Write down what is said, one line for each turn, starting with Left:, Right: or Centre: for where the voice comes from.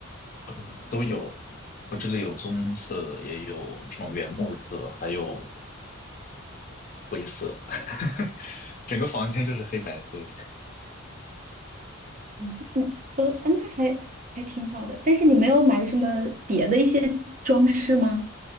Left: 呃都有。我这里有棕色的，也有这种原木色，还有灰色，<laughs> 整个房间就是黑白灰。
Right: 嗯，嗯都，那还还挺好的。但是你没有买什么别的一些装饰吗？